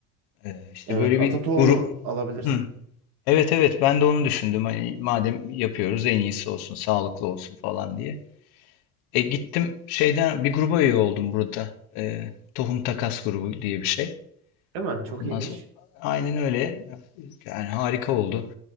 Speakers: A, on the left; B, on the right.
A: Ee, işte
B: Evet.
A: böyle
B: Ata
A: bir
B: tohumu
A: grup.
B: alabilirsin.
A: Hı. Evet evet ben de onu düşündüm. Hani madem yapıyoruz en iyisi olsun, sağlıklı olsun falan diye. E gittim şeyden bir gruba üye oldum burada. E, Tohum Takas grubu diye bir şey.
B: Değil mi? Çok
A: Ondan
B: iyiymiş.
A: sonra aynen öyle. Yani harika oldu.